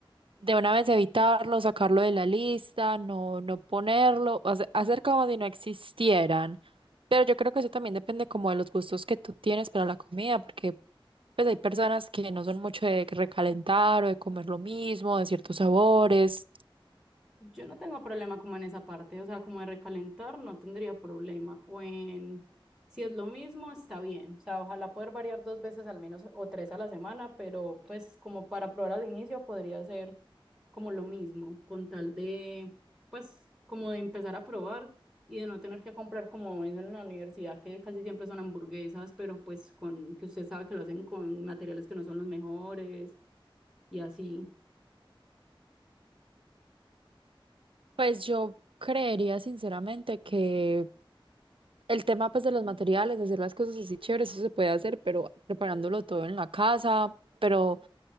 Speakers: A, on the right; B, in the centre.
A: de una vez evitarlo, sacarlo de la lista, no, no ponerlo, hace- hacer como si no existieran. Pero yo creo que eso también depende como de los gustos que tú tienes para la comida, porque pues hay personas que no son mucho de recalentar o de comer lo mismo, de ciertos sabores.
B: Yo no tengo problema como en esa parte, o sea, como de recalentar no tendría problema. O en, si es lo mismo, está bien. O sea, ojalá poder variar dos veces al menos o tres a la semana, pero pues como para probar al inicio podría ser como lo mismo, con tal de, pues como de empezar a probar y de no tener que comprar como eso en la universidad, que casi siempre son hamburguesas, pero pues con, que usted sabe que lo hacen con materiales que no son los mejores y así.
A: Pues yo creería sinceramente que el tema pues de los materiales, hacer las cosas así chéveres, eso se puede hacer, pero preparándolo todo en la casa, pero